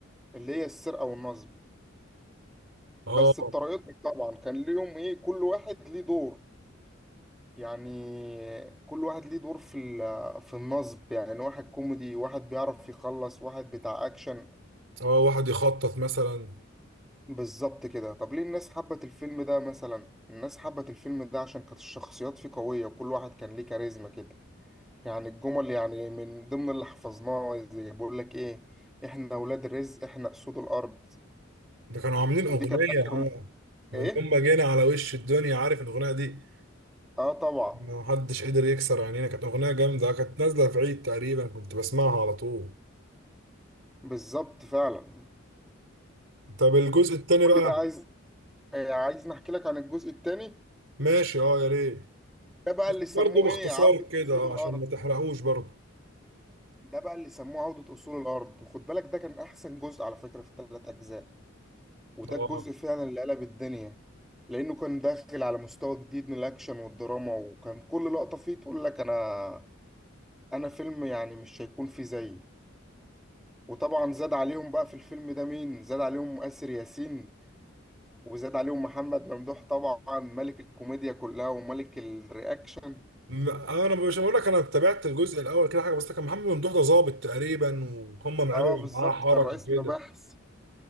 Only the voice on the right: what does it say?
اه
اه واحد يخطط مثلا
ده كانوا عاملين
اغنية
اه من
يوم ما جينا على وش الدنيا عارف الاغنية دي
ما حدش قدر يكسر عينينا كانت اغنيه جامده كانت نازله في عيد تقريبا كنت بسمعها على طول
طب الجزء التاني
بقى
ماشي اه يا ريت
بس
برضه باختصار
كده
آه،
عشان ما تحرقوش برضه
اه
م- آه، انا مش بقول لك انا تابعت الجزء الاول كده حاجه بس كان محمد ممدوح ده ظابط تقريبا وهم عملوا
معاه حركه
وكده